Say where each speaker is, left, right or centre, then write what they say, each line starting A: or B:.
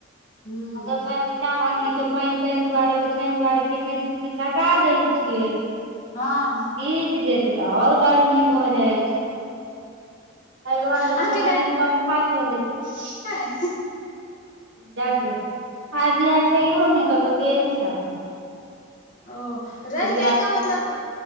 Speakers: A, on the left; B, on the right.
A: हूं
B: आ दोसर चावल छै पइन तइन दुआरे ओछान दुआरे फिरकी तिरकी सटा दैय छियै
A: हँ
B: पीज जेते त ओर गर्मी भ जाय छै एहि घर सबमे
A: अहाँके
B: त भरि दिन पंखा चलै छै
A: ह
B: जा दियौ आर यहाँ छै ने कतहु गेल छै अपने
A: ओ रहि
B: बुढ़िया
A: रहि कऽ मतलब